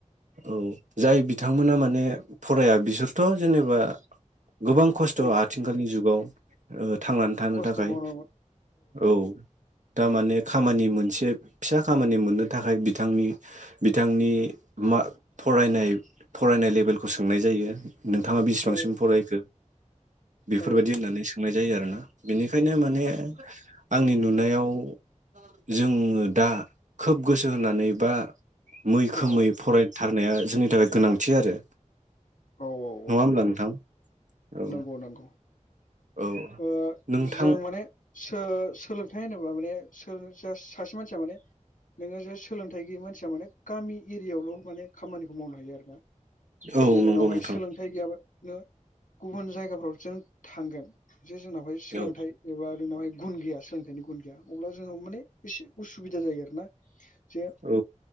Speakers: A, on the right (about 70°); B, on the left (about 85°).
A: औ जाय बिथांमोना माने फराया बिसोरथ' जेनेबा गोबां खस्थ'
B: ओं
A: आथिखालनि जुगाव ओद थांनानै थानो
B: खस्थ'
A: थाखाय
B: मावनांगौ
A: औ दामाने खामानि मोनसे फिसा खामानि मोननो थाखाय बिथांनि बिथांनि मा फरायनाय फरायनाय लेबेलखौ सोंनाय जायो। नोंथाङा बेसिबांसिम
B: औ
A: जो बेफोरबायदि
B: औ
A: होननानै सोंनाय जायो आरो ना हो <unintelligible> बेनिखायनो माने आंनि नुनायाव जोङो दा खोब गोसो होनानै बा मैखोमै
B: औ
A: फरायथार होनाया जोंनि थाखाय गोनांथि आरो
B: औ
A: नंआ
B: औ
A: होमब्ला
B: नंगौ
A: नोंथां? औ
B: नंगौ नंगौ
A: औ
B: ओ
A: नोंथां
B: जों माने सो सोलोंथाइ होनोबा माने सां सा सासे मानसिया माने नोङो जे सोलोंथाइ गैयै मानसिया माने गामि एरियायावल' माने खामानिखौ मावनो हायो आरो ना।
A: औ
B: बि नोंनावहायोलोंथाइ
A: नंगौ नोंथां
B: गैयाबा ओ गुबुन जायगाफोराव जों थांगोन। जे जोंनावहाय सोलोंथाइ
A: औ
B: एबा नोंनावहाय गुन गैया सोलोंथाइनि गुन गैया अब्ला जोंनाव माने एसे उसुबिदा जायो आरो ना। जे
A: औ